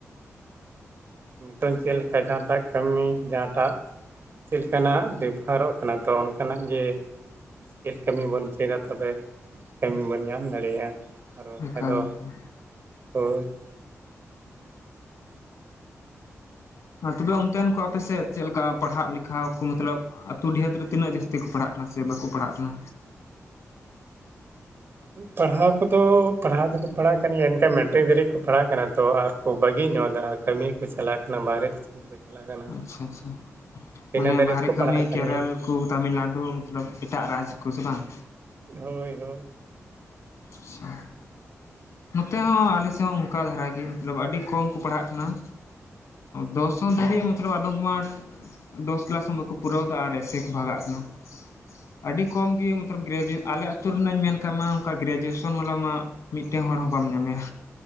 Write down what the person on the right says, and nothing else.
ᱱᱤᱛᱚᱝ ᱪᱮᱫ ᱞᱮᱠᱟ ᱡᱟᱦᱟᱸᱴᱟᱜ ᱠᱟᱹᱢᱤ ᱡᱟᱦᱟᱸᱴᱟᱜ ᱪᱮᱫ ᱞᱮᱠᱟᱱᱟᱜ ᱵᱮᱵᱷᱟᱨᱚᱜ ᱠᱟᱱᱟ ᱛᱚ ᱚᱱᱠᱟᱱᱟᱜ ᱜᱮ ᱥᱠᱤᱞ ᱠᱟᱹᱢᱤ ᱵᱚᱱ ᱪᱮᱫᱟ ᱛᱚᱵᱮ ᱠᱟᱹᱢᱤ ᱵᱚᱱ ᱧᱟᱢ ᱫᱟᱲᱮᱭᱟᱜᱼᱟ᱾ ᱟᱨ ᱱᱚᱝᱠᱟ
ᱫᱚ
ᱦᱳᱭ <unintelligible>
ᱯᱟᱲᱦᱟᱣ ᱠᱚᱫᱚ ᱯᱟᱲᱦᱟᱣ ᱫᱚᱠᱚ ᱯᱟᱲᱦᱟᱜ ᱠᱟᱱ ᱜᱮᱭᱟ ᱮᱱᱠᱷᱟᱱ ᱢᱮᱴᱨᱤᱠ ᱫᱷᱟᱨᱤᱡ ᱠᱚ ᱯᱟᱲᱦᱟᱜ ᱠᱟᱱᱟ ᱛᱚ ᱟᱨᱠᱚ ᱵᱟᱹᱜᱤ ᱧᱚᱜ ᱮᱫᱟ ᱟᱨ ᱠᱟᱹᱢᱤ ᱠᱚ ᱪᱟᱟᱞᱟᱜ ᱠᱟᱱᱟ ᱵᱟᱨᱦᱨᱮ ᱫᱤᱥᱚᱢ ᱛᱮᱠᱚ ᱪᱟᱞᱟᱜ ᱠᱟᱱᱟ
ᱛᱚ
ᱤᱱᱟᱹ ᱫᱷᱟᱹᱨᱤᱡ
ᱠᱚ
ᱯᱟᱲᱦᱟᱜ ᱠᱟᱱ
ᱜᱮᱭᱟ
ᱦᱳᱭ ᱦᱳᱭ